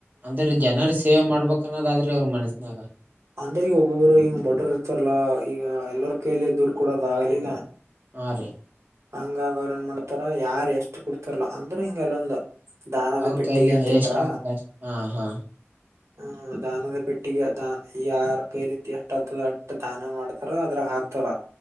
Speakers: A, on the right (about 40°); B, on the right (about 80°).
A: ಅಂದ್ರ ಜನರ ಸೇವೆ ಮಾಡ್ಬೇಕಕ್ ಅನ್ನೋದಾದ್ರಿ ಅವ್ರ ಮನಸ್ಸನಾಗ
B: ಅಂದ್ರೆ ಈಗ ಒಬ್ಬೊಬ್ರು ಹಿಂಗ್ ಬಡ್ಡೋರ್ ಇರ್ತಾರಲ್ಲಾ ಈಗ ಎಲ್ಲರ ಕೈಲಿ ದುಡ್ಡು ಕೊಡೋದ ಆಗಲಿಲ್ಲ
A: <unintelligible>
B: ಹಂಗಂಗ ಅವ್ರ ಏನ್ ಮಾಡ್ತಾರ ಯಾರ್ ಎಷ್ಟ್ ಕುಡ್ತಾರಲ್ಲ ಅಂದ್ರ ಹಿಂಗೆಲ್ಲೊಂದ ದಾನದ
A: ಅವ್ರ
B: ಪೆಟ್ಟಿಗೆ
A: ಕೈಲಿ
B: ಅಂತ ಇಟ್ರ.
A: ಎಷ್ಟ ಆಗ್ತದ ಹಾ ಹಾ
B: ಹ್ಮ ದಾನದ ಪೆಟ್ಟಿಗೆ ದ ಈ ಆರ ಕೈಲಿಂತ ಎಷ್ಟಾದ ದಾನ ಮಾಡ್ತಾರ ಅದ್ರಾಗ ಹಾಕ್ತಾರ